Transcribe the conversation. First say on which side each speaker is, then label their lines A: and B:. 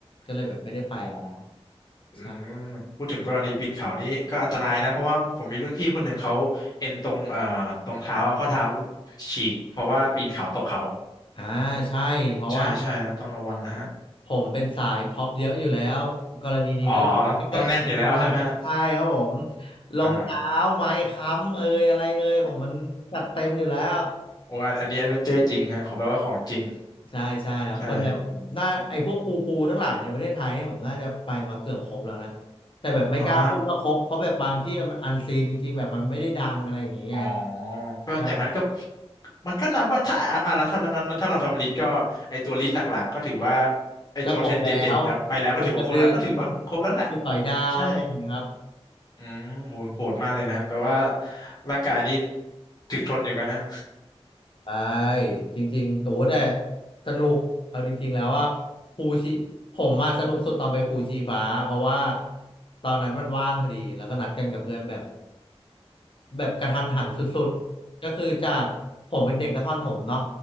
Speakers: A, on the left; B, on the left.
A: ก็เลยแบบไม่ได้ไป
B: อ๋ออืมพูดถึงกรณีปีนเขานี่ก็อันตรายนะเพราะว่าผมมีรุ่นพี่คนหนึ่งเขาเอ็นตรงเอ่อตรงเท้าข้อเท้า
A: ใช่
B: ฉีกเพราะว่าปีนเขาตกเขา
A: อ่าใช่เพราะว่า
B: ใช่ใช่ครับต้องระวังนะฮะ
A: ผมเป็นสายพ็อปเยอะอยู่แล้วกรณีนี้ก็ไม่เกิดกับผมเท่าไหร่ใช่ครับผม
B: อ๋อต้องแน่นอยู่แล้วใช่ไหมฮะ
A: รองเท้าไม้ค้ำเอยอะไรเอยผมมันจัดเต็มอยู่แล้ว
B: อ่าโอ้อันอันนี้แอดเวนเจอร์จริงฮะขอแปลว่าของจริง
A: ใช่ใช่ครับส่วนใหญ่ผมน่าไอ้พวกภูภูทั้งหลายในประเทศไทยเนี่ยผมน่าจะไปมาเกือบครบแล้วนะ
B: ใช่
A: แต่แบบไม่กล้าพูดว่าครบเพราะแบบบางที่มันอันซีนจริงๆแบบมันไม่ได้ดังอะไรอย่างเงี้ย
B: เหรอฮะอ๋อก็อย่างนั้นก็
A: ก็
B: มันก็นับว่าถ้าอ่ะอ่ะแล้วถ้างั้นถ้าเราทำลิสต์ก็ไอตัวลิสต์หลักๆก็ถือว่าไอตัวเทรนเด่นแล้วไปแล้วก็ถือว่าครบแล้วก็ถือว่าครบแล้วแหละ
A: ก็ครบแล้วภูกระดึงภูสอยดาวอะไรอย่างเงี้ยครับ
B: ใช่อืมโหโหดมากเลยนะฮะแปลว่าร่างกายนี่ถึกทนอยู่กันฮะ
A: ใช่จริงๆโอ้แต่สนุกเอาจริงๆแล้วว่าภูชีผมมาสนุกสุดตอนไปภูชีฟ้าเพราะว่าตอนนั้นมันว่างพอดีแล้วก็นัดกันกับเพื่อนแบบ แบบกระทันหันสุดๆ ก็คือจากผมเป็นเด็กนครถมเนาะ